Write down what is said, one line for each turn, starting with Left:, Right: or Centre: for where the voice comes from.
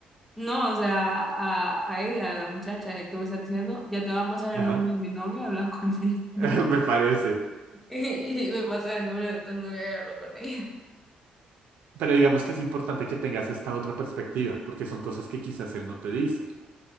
Centre: No, o sea, a, a ella, a la muchacha que me está diciendo, ya te va a pasar
Right: Ajá,
Centre: el nombre de mi novio, hablas con ella.
Right: <laughs>
Centre: <laughs>
Right: me parece.
Centre: Y, me pasa el nombre de tu novia y hablo con ella.
Right: Pero digamos que es importante que tengas esta otra perspectiva, porque son cosas que quizás él no te dice.